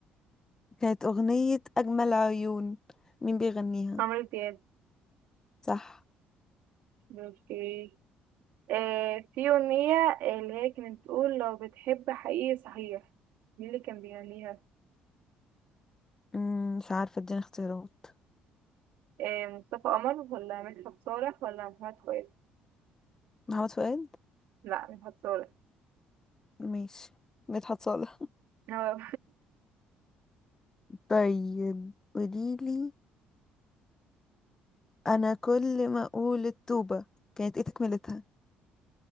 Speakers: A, on the left; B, on the right.
A: كانت أغنية أجمل عيون مين بيغنيها
B: عمرو دياب
A: صح
B: اوكي آه، في أغنية اللي هي كانت بتقول لو بتحب حقيقي صحيح مين اللي كان بيغنيها
A: مم، مش عارفة اديني اختيارات
B: إيه مصطفى قمر ولا مدحت صالح ولا محمد فؤاد
A: محمد فؤاد
B: لا مدحت صالح
A: ماشي مدحت صالح
B: هو
A: طيب قوليلي أنا كل ما أقول التوبة كانت ايه تكملتها